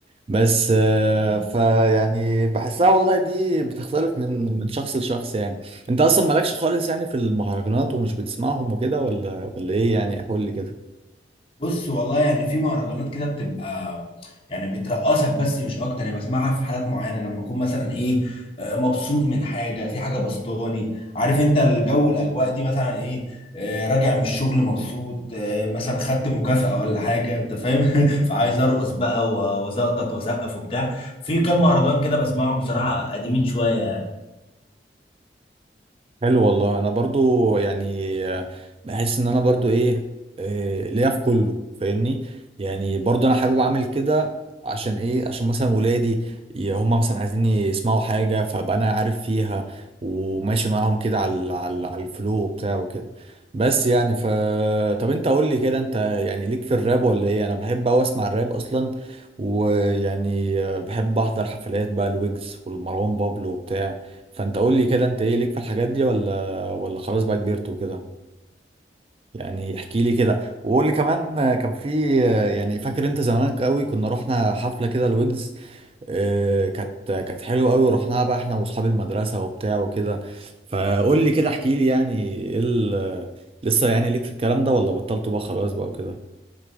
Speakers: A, on the right; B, on the left.
A: بس آه، فيعني بحسها والله دي بتختلف من من شخص لشخص يعني انت اصلا مالكش خالص يعني في المهرجانات ومش بتسمعهم وكده ولا ولا ايه يعني قول لي كده
B: بص والله يعني في مهرجانات كده بتبقى يعني بترقصك بس مش اكتر يعني بسمعها في حالات معينه لما اكون مثلا ايه آه، مبسوط من حاجه في حاجه بسطاني عارف انت الجو الاجواء دي مثلا ايه آه، راجع من الشغل مبسوط آه، مثلا خدت مكافاه ولا حاجه انت فاهم <laughs> فعايز ارقص بقى و- وزقطط واسقف وبتاع في كام مهرجان كده بسمعهم بصراحه قديمين شويه يعني
A: حلو والله انا برضو يعني بحس ان انا برضو ايه إيه، ليا في كله فاهمني يعني برضو انا حابب اعمل كده عشان ايه عشان مثلا ولادي ي- هم مثلا عايزين يسمعوا حاجة فبقى انا عارف فيها وماشي معاهم كده على على على الفلو بتاعه كده بس يعني ف طب انت قول لي كده انت يعني ليك في الراب ولا ايه انا بحب اوي اسمع الراب اصلا ويعني بحب احضر حفلات بقى الويجز والمروان بابلو وبتاع فانت قول لي كده انت ايه ليك في الحاجات دي ولا ولا خلاص بقى كبرت وكده يعني احكي لي كده وقول لي كمان كان في يعني فاكر انت زمان قوي كنا رحنا حفله كده الويجز اه كانت كانت حلوه قوي ورحناها بقى احنا واصحاب المدرسه وبتاع وكده فقول لي كده احكي لي يعني ايه ال- لسه يعني ليك في الكلام ده ولا بطلته بقى خلاص بقى وكده